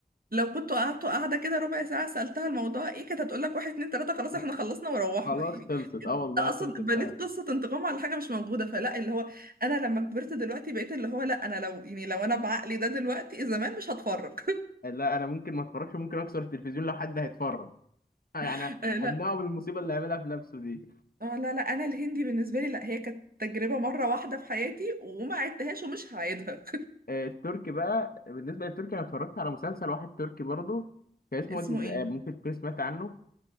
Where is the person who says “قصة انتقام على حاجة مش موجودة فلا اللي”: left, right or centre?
Right